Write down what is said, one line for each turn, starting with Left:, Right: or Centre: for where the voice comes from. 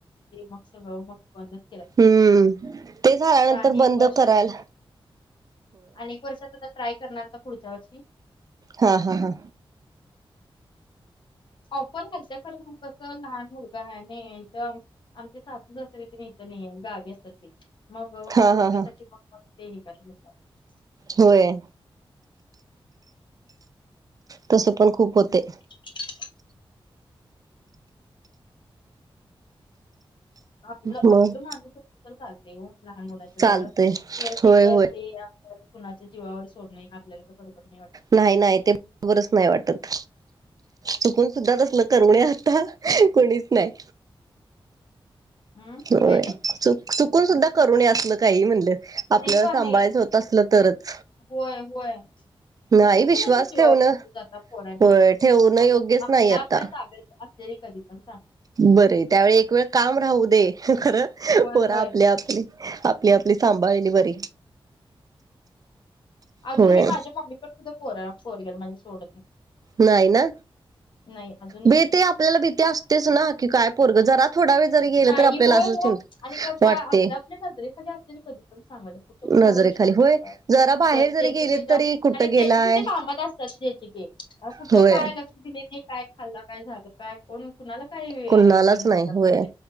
Left: मक्ष म <unintelligible>
Right: हम्म ते झाल्यानंतर
Left: अनेक
Right: बंद
Left: वर्षात
Right: कराल.
Left: अनेक वर्षात त आता ट्राय करणार ना पुढच्या वर्षी
Right: हा हा हा
Left: ऑफर वयचं खरं म कसं लहान मुलगा आहे ना एकदम आमचे सासूच असते ते न तर नाहीे गागे असतात ते मग
Right: हा
Left: मुलग्यासाठीठी
Right: हा हा
Left: म तेही कराय
Right: होय तस पण खूप होते
Left: <unintelligible> आपलं
Right: मग
Left: आपलं माणूस असत तर चालते लहान मुलाच्या
Right: चालतय
Left: जवळ केअर टेकते.
Right: होय होय
Left: कुणाच्या जीवावर सोड नाही. आपल्याला बरोबर नाही वाटत.
Right: नाही नाही ते बरोबरच नाही वाटत चुकून सुद्धा तसल करुणे आता कोणीच नाही.
Left: हम्म
Right: होय
Left: काय ते
Right: च चुकून सुद्धा करून न असलं काही म्हणलं आपल्याला
Left: नाही ग
Right: सांभाळायचं
Left: हे
Right: होत. असलं तरच
Left: होय होय
Right: नाही
Left: कुणाच्या
Right: विश्वास
Left: जीवावर
Right: ठेवणं
Left: सोडून जातात. पोरांना
Right: होय ठेवणं
Left: आपल्या
Right: योग्यच नाही आता
Left: आपल्या ताब्यात तरी कधी पण
Right: बरं त्यावेळी एक वेळ काम राहू दे खरं
Left: होय
Right: बरं
Left: होय
Right: आपले आपले आपली आपली सांभाळणी बरी
Left: ह अजून
Right: होय
Left: मी माझ्या मम्मीकडे सुद्धा पोरा पोरीला मी सोडत नाही.
Right: नाही ना
Left: नाही अजून नाही
Right: भीती आपल्याला भीती असतेच ना की काय पोरगजरात थोडा वेळ जरी गेलं
Left: नाही
Right: तर आपल्याला
Left: होय
Right: असं
Left: हो
Right: चिंता
Left: आणि कसं
Right: वाटते.
Left: आपल्या नजरेखाली असलेली आपल्याला कधी पण सांगलं. कुठ कुणावर
Right: नजरेखाली
Left: विश्वास ठेवत.
Right: होय जरा बाहेर
Left: जर
Right: जरी
Left: त्याच
Right: गेले
Left: त्याच्या
Right: तरी कुठं
Left: आणि
Right: गेलाय
Left: त्याचे त्यांच्या कामात असतात. जची ग कुठं
Right: होय
Left: काय लक्ष दिले नाही. काय खाल्लं काय झालं काय कोण कुणाला काही
Right: कुणालाच
Left: आपण हे
Right: नाही
Left: करणार
Right: होय